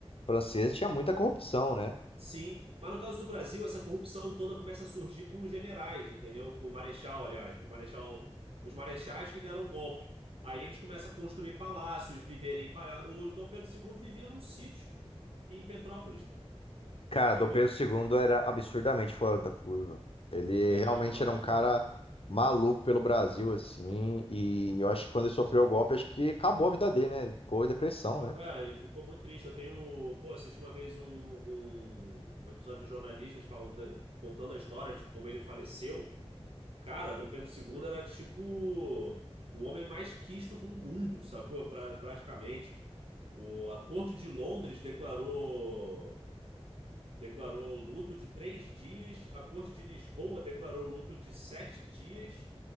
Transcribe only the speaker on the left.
francesa tinha muita corrupção, né?
Cara,
Dom Pedro II era absurdamente fora da curva. Ele
realmente
era
um cara
maluco pelo Brasil, assim. E eu acho que quando ele sofreu o golpe, acho que acabou a vida dele, né? Ele Ficou em depressão,
né?